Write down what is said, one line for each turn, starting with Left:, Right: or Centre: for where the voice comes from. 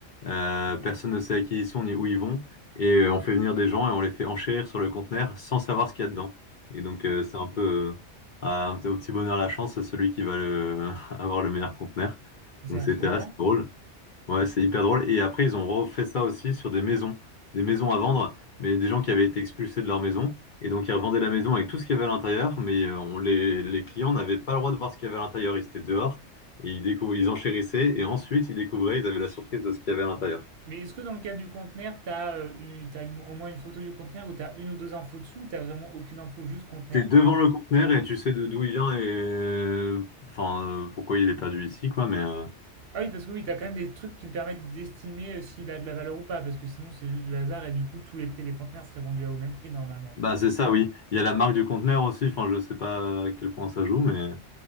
Left: euh, personne ne sait à qui ils sont ni où ils vont et euh, on fait venir des gens et on les fait enchérir sur le conteneur sans savoir ce qu'il y a dedans. Et donc euh, c'est un peu euh, à- au petit bonheur la chance, c'est celui qui va le <laughs> avoir le meilleur conteneur.
Right: Ça
Left: Donc
Right: a l'air
Left: c'était
Right: trop marrant.
Left: assez drôle. Ouais, c'est hyper drôle. Et après, ils ont refait ça aussi sur des maisons, des maisons à vendre, mais des gens qui avaient été expulsés de leur maison. Et donc, ils revendaient la maison avec tout ce qu'il y avait à l'intérieur, mais euh, on, les, les clients n'avaient pas le droit de voir ce qu'il y avait à l'intérieur. Ils étaient dehors et ils, découv- ils enchérissaient. Et ensuite, ils découvraient, ils avaient la surprise de ce qu'il y avait à l'intérieur.
Right: Mais est-ce que dans le cas du conteneur, t'as euh, une- t'as une- au moins une photo du conteneur ou t'as une ou deux infos dessus ou t'as vraiment aucune info, juste conteneur
Left: T'es devant
Right: 1,
Left: le
Right: 2,
Left: conteneur et tu sais de d'où il vient et euh, enfin euh, pourquoi il est perdu ici quoi mais euh,
Right: Ah oui, parce que oui, t'as quand même des trucs qui te permettent d'estimer euh, s'il a de la valeur ou pas, parce que sinon c'est juste du hasard et du coup tous les prix des conteneurs seraient vendus au même prix normalement.
Left: bah c'est ça oui il y a la marque du conteneur aussi enfin je sais pas à quel point ça joue mais